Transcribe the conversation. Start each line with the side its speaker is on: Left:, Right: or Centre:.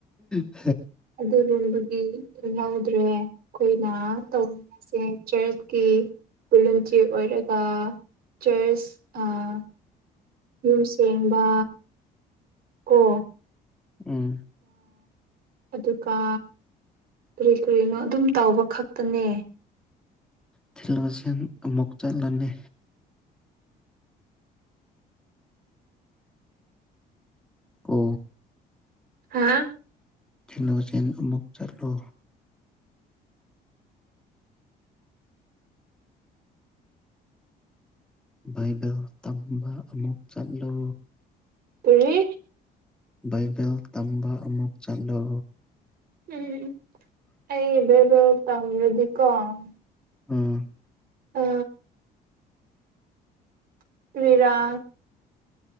Centre: ꯍꯦ
Right: <unintelligible> ꯑꯩꯈꯣꯏꯅ ꯇꯧꯔꯤꯁꯦ <inaudible> ꯀꯤ ꯄꯨꯂꯟꯆꯦ ꯑꯣꯏꯔꯒ ꯆꯔꯆ ꯑꯥ ꯌꯨꯝ ꯁꯦꯡꯕ ꯀꯣ
Centre: ꯎꯝ
Right: ꯑꯗꯨꯒ ꯀ꯭ꯔꯤ ꯀ꯭ꯔꯤꯅꯣ ꯑꯗꯨꯝ ꯇꯧꯕ ꯈꯛꯇꯅꯦ
Centre: ꯊꯤꯜꯂꯨꯁꯤꯟ ꯑꯃꯨꯛ ꯆꯠꯂꯅꯤ ꯀꯣ
Right: ꯍꯥꯥ
Centre: ꯅꯣꯆꯦꯟ ꯑꯃꯨꯛ ꯆꯠꯂꯣ ꯕꯥꯏꯕꯦꯜ ꯇꯝꯕ ꯑꯃꯨꯛ ꯆꯠꯂꯨ
Right: ꯀꯔꯤ
Centre: ꯕꯥꯏꯕꯦꯜ ꯇꯝꯕ ꯑꯃꯨꯛ ꯆꯠꯂꯣ
Right: ꯎꯝꯎꯝ ꯑꯩꯕꯩꯕꯜ <inaudible>
Centre: ꯑꯝ
Right: ꯑ <unintelligible>